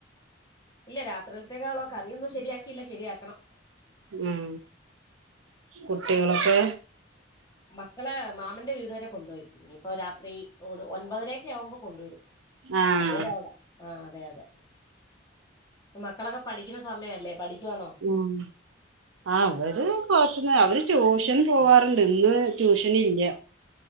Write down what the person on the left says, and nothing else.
ഇല്ല രാത്രിത്തേക്കാളോ കറിയൊന്നും ശരിയാക്കിയില്ല ശരിയാക്കണം
മക്കളെ മാമന്റെ വീട് വരെ കൊണ്ടോയി ഇനിയിപ്പോ രാത്രി ഒൻപതരക്കെ ആകുമ്പോ കൊണ്ടുവരും
അതുവരെ അവിട ആഹ് അതെ അതെ മക്കളൊക്കെ പഠിക്കുന്ന സമയം അല്ലേ പഠിക്കുവാന്നൊ?